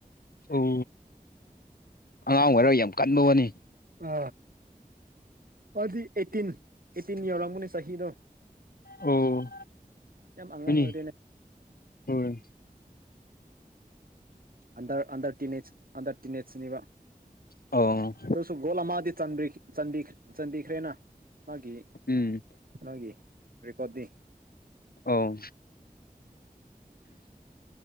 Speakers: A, on the left (about 75°); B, on the right (about 70°).
A: ꯑꯣ ꯑꯉꯥꯡ ꯑꯣꯏꯔꯒ ꯌꯥꯝ ꯀꯟꯕ ꯋꯥꯅꯤ
B: ꯑ ꯑꯗꯨꯗꯤ ꯑꯩꯠꯇꯤꯟ ꯑꯩꯠꯇꯤꯟ ꯌꯧꯔꯕꯅꯦ ꯆꯍꯤꯗꯣ
A: ꯑꯣ
B: ꯌꯥꯝ ꯑꯉꯥꯡ
A: ꯍꯣꯏꯅꯦ
B: ꯑꯣꯏꯗꯩꯅ
A: ꯍꯣꯏ
B: ꯑꯟꯗ ꯑꯟꯗꯔ ꯇ ꯑꯟꯗꯔ ꯇꯤꯅꯦꯖꯅꯤꯕ
A: ꯑꯣ
B: ꯇꯁꯨ ꯣꯂ ꯃꯥꯗꯤ ꯆ ꯆ ꯆꯟꯗꯤ ꯈꯔꯦꯅꯥ ꯃꯥꯒꯤ
A: ꯎꯝ
B: ꯅꯒꯤ ꯔꯦꯀꯗꯤ
A: ꯑꯣ